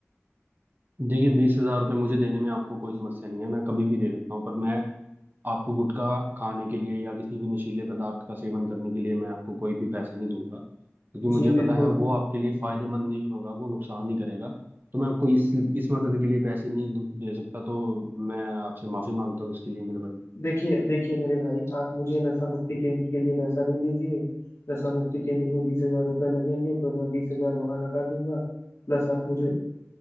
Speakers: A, on the right; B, on the left.
A: देखिए बीस हजार रुपये मुझे देने में आपको कोई समस्या नहीं है मैं कभी भी दे सकता हूँ पर मैं आपको गुटखा खाने के लिए या किसी भी नशीले पदार्थ का सेवन करने के लिए मैं आपको कोई भी पैसे नहीं दूंगा क्योंकि मुझे
B: जी बिल्कुल
A: पता है वो आपके लिए फायदेमंद नहीं होगा वो नुकसान ही करेगा तो मैं आपको इस इस मदद के लिए पैसे नहीं दू- दे सकता तो मैं आपसे माफी मांगता हूँ इसके लिए मेरे भाई
B: देखिए देखिए मेरे भाई आप मुझे नशा मुक्ति केंद्र के लिए पैसा दे दीजिए नशा मुक्ति केंद्र में बीस हजार रुपये लगेंगे तो मैं बीस हजार वहां लगा दूंगा प्लस आप मुझे